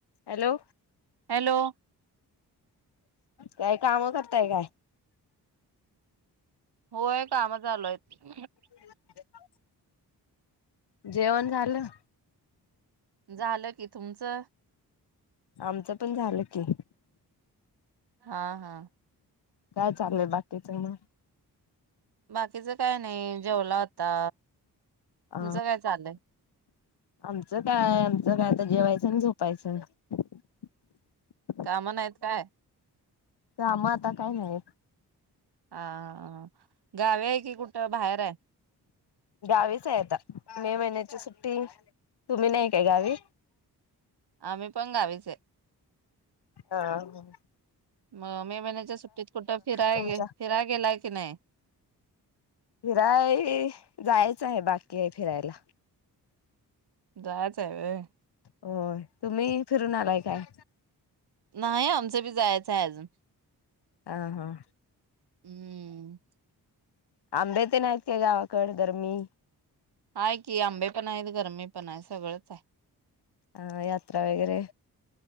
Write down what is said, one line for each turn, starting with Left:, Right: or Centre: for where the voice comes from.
Left: Hello
Right: hello
Left: काय काम करताय काय?
Right: होय काम चालू हाईत.
Left: <unintelligible> जेवण झालं?
Right: झालं की, तुमचं?
Left: आमचं पण झालं की.
Right: हा हा
Left: काय चालू हाय बाकीचं मग?
Right: बाकीच काय नाही जेवलो आता,
Left: अ
Right: तुमचं काय चाललय?
Left: आमचं काय आमचं काय आता जेवायचं आणि झोपायचं. <inaudible>
Right: काम नाहीत काय?
Left: काम आता काय नाहीत.
Right: हा हा, गावी आहे की कुठं बाहेर हाय?
Left: गावीच आहे आता मे महिन्याची सुट्टी तुम्ही नाही काय गावी
Right: आम्ही पण गावीच आहे.
Left: हा हा
Right: मग मे महिन्याच्या सुट्टीत कुठं फिराय
Left: तुमच्या
Right: फिराय गेलाय की नाही?
Left: फिराय जायचं आहे बाकी आहे फिरायला.
Right: जायच आहे होय.
Left: होय, तुम्ही फिरून आलाय काय?
Right: नाही आमचं बी जायचंय अजून
Left: ह हा
Right: हम्म.
Left: आंबे तेन आहेत का गावाकड गरमी?
Right: आहे की आंबे पण आहेत गरमी पण आहे सगळंच आहे.
Left: अ यात्रा वगैरे,